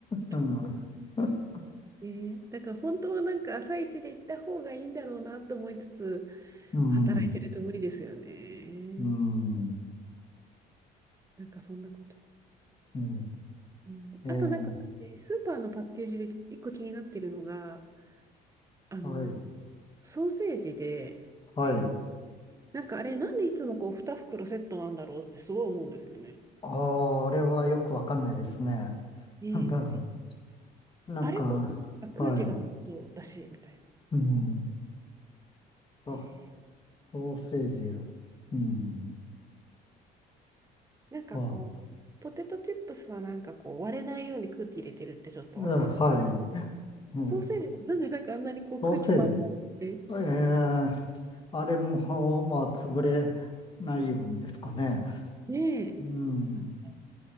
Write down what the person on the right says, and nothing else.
す。
<laughs>
ねだから本当はなんか朝一で行った方がいいんだろうなと思いつつ、
働いてると無理ですよね。
なんかそんなこと。
うん、
あとなんか私、スーパーのパッケージで一個気になってるのが、あの、
ソーセージで、
なんかあれなんでいつもこう2袋セットなんだろうってすごい思うんですよね。
ねで、
あれこそなんか空気がほとんどだし、
みたいな。
ね
なんかこう、
ポテトチップスはなんかこう、割れないように空気入れてるってちょっとわかる。
ソーセージもなんでなんかあんなにこう空気パンパンって、
ねえ、
なんか